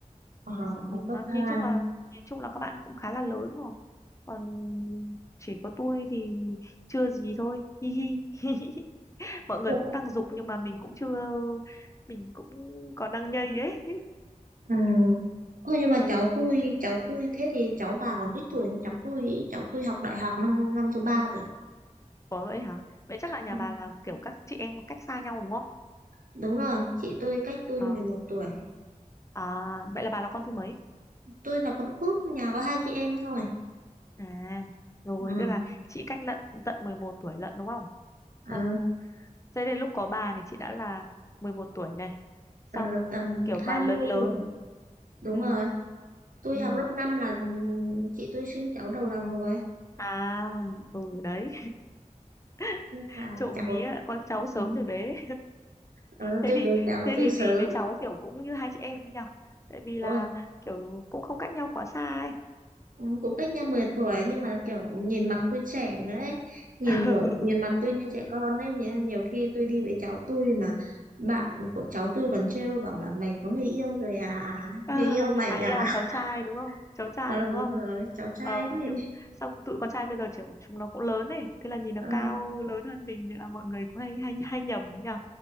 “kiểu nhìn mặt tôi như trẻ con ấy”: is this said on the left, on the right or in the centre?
Right